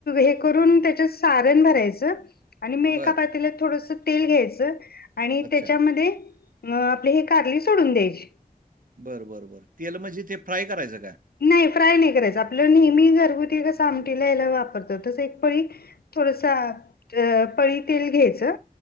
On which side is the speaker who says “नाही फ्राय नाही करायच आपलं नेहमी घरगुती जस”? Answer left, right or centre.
Left